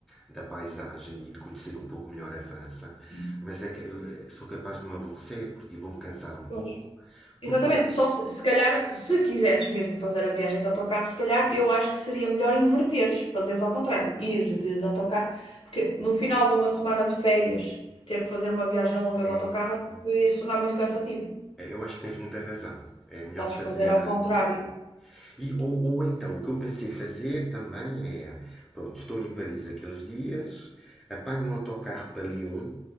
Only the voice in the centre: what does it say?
da paisagem e de conhecer um pouco melhor a França,
mas é que eu eh, sou capaz de me aborrecer porque- e vou-me cansar um
pouco,
porque
é,
é,
é, eu acho que tens muita razão. É melhor
fazer.
eh,
é. E, ou, ou então, o que eu pensei fazer também é: pronto, estou em Paris aqueles dias, apanho um autocarro para Lyon,